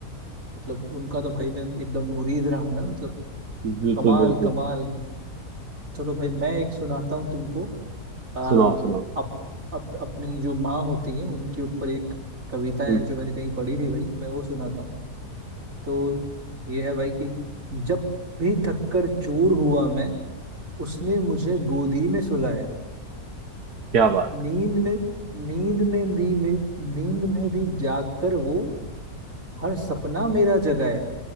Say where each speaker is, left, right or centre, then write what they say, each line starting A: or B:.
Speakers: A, on the right (about 60°); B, on the right (about 80°).
A: मतलब उनका तो भाई मैं एकदम मुरीद रहा हूँ ना मतलब
B: बिल्कुल
A: कमाल
B: बिल्कुल
A: कमाल चलो भाई मैं एक सुनाता हूँ तुमको आ,
B: सुनाओ सुनाओ
A: अप, अप, अपनी जो माँ होती है उनके ऊपर एक कविता है
B: हम्म,
A: जो मैंने कहीं पढ़ी थी भाई मैं वो सुनाता हूँ तो ये है भाई कि जब भी थक्कर चूर हुआ मैं उसने मुझे गोदी में सुलाया
B: क्या बात
A: नींद
B: है
A: में नींद में भी मे नींद में भी जागकर वो हर सपना मेरा जगाया